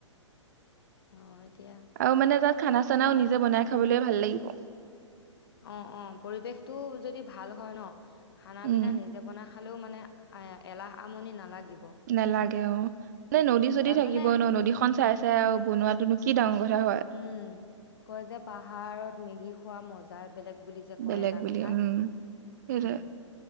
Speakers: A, on the left (about 50°); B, on the right (about 35°).
A: অ' এতিয়া
B: আৰু মানে তাত খানা চানাও নিজে বনাই খাবলৈ ভাল লাগিব।
A: অ', অ' পৰিৱেশটো যদি ভাল হয় ন, খানা
B: উম।
A: পিনা নিজে বনাই খালেও মানে এলাহ আমনি নালাগিব।
B: নালাগে অ'। মানে নদী চদি
A: তাত
B: থাকিব
A: মানে
B: ন, নদীখন চাই চাই আৰু বনোৱাতোনো কি ডাঙৰ কথা হয়
A: উম, কয় যে পাহাৰত মেগী খোৱা মজ জাই বেলেগ বুলি যে কয়
B: বেলেগ
A: এটা
B: বুলি
A: কথা,
B: উম সেইটোৱে
A: উম